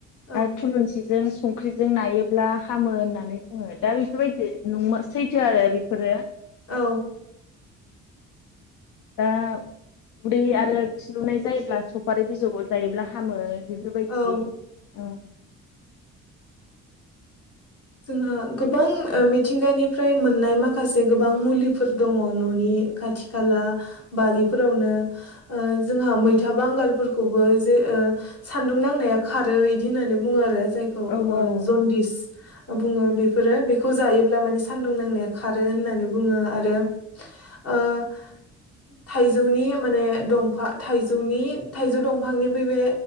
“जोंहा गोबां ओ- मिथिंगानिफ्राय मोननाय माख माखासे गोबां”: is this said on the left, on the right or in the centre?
Left